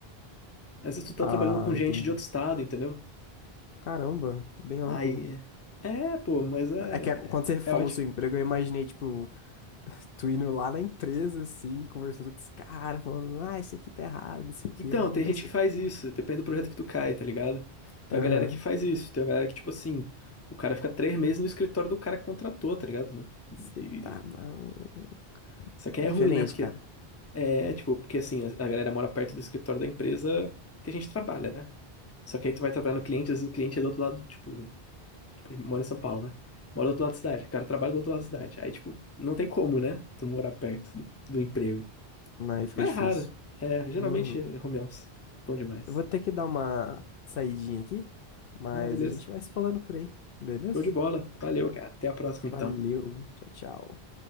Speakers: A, on the left; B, on the left.
A: Às vezes tu tá
B: Ah,
A: trabalhando com gente
B: entendi.
A: de outro estado, entendeu?
B: Caramba, bem amplo.
A: Aí. É, pô, mas é.
B: É que a- quando você falou
A: É ótimo.
B: seu emprego, eu imaginei, tipo, <laughs> tu indo lá na empresa, assim, conversando com os caras, falando, ah, isso aqui tá errado, não sei o quê,
A: Então,
B: vamos
A: tem
B: mudar
A: gente
B: isso
A: que
B: aqui.
A: faz isso, depende do projeto que tu cai, tá ligado? Tem
B: Aham.
A: a galera que faz isso, tem a galera que, tipo assim, o cara fica três meses no escritório do cara que contratou, tá ligado? No-
B: Você
A: E...
B: tá maluco.
A: Isso aqui
B: Diferente,
A: é ruim, né? Porque
B: cara.
A: é, tipo, porque assim, a a galera mora perto do escritório da empresa que a gente trabalha, né? Só que aí tu vai trabalhar no cliente, às vezes o cliente é do outro lado, tipo, mora em São Paulo, né? Mora do outro lado da cidade. O cara trabalha do outro lado da cidade. Aí, tipo, não tem como, né? Tu morar perto do, do emprego.
B: Aí fica
A: Mas
B: difícil.
A: é raro. É, geralmente
B: Uhum.
A: é home office. Bom demais.
B: Eu vou ter que dar uma saidinha aqui, mas
A: Ah, beleza.
B: a gente vai se falando por aí, beleza?
A: Show de bola. Valeu, cara. Até a próxima, então.
B: Valeu, tchau, tchau.